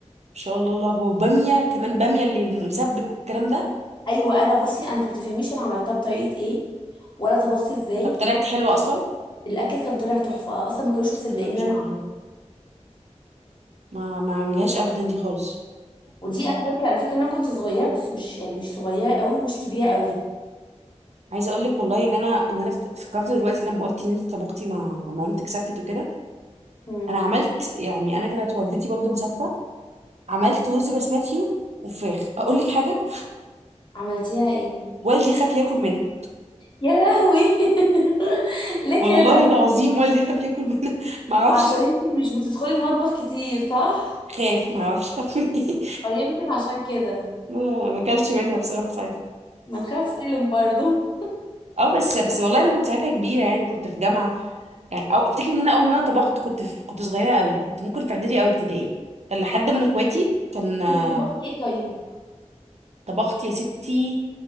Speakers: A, on the right (about 70°); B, on the left (about 40°).
A: شاء الله الله اكبر وباميه كمان باميه اللي مسبك والكلام ده
B: ايوه انا بصي انت ما تفهميش انا عملتها بطريقه ايه ولا طبخت ازاي
A: طب طلعت حلوه اصلا
B: الاكل كان طلع تحفه اصلا ما كانوش
A: بسم
B: مصدقين
A: الله ما
B: ان
A: شاء
B: انا عم-
A: الله ما ما اعملهاش ابدا دي خالص
B: ودي انا فاكره انا فاكره ان انا كنت صغيره بس مش يعني مش صغيره قوي ومش كبيره قوي
A: عايزه اقول لك والله ان انا ان انا فت- فكرت دلوقتي لما قلت ان انت طبختي مع لما مامتك سفت وكده
B: امم
A: انا عملت يعني انا كانت والدتي برضه مسافه عملت رز بسمتي وفراخ اقول لك حاجه
B: عملتيها ايه
A: والدي خاف ياكل منها
B: يا لهوي <laughs> ليه
A: والله
B: كده
A: العظيم والدي خاف ياكل منها <laughs> ما اعرفش
B: عشان انت مش بتدخلي المطبخ كتير صح
A: خاف ما اعرفش خاف من ايه
B: او يمكن عشان كده
A: <laughs> ما ما اكلش منها بصراحه ساعتها
B: ما نخاف سالم برضو
A: اه بس بس والله انا كنت ساعتها كبيره يعني كنت في جامعه يعني او افتكر ان انا اول مره طبخت كنت في كنت صغيره قوي كنت ممكن في اعدادي او ابتدائي كان لحد من اخواتي كان آه،
B: كنت طبخت ايه طيب
A: طبخت يا ستي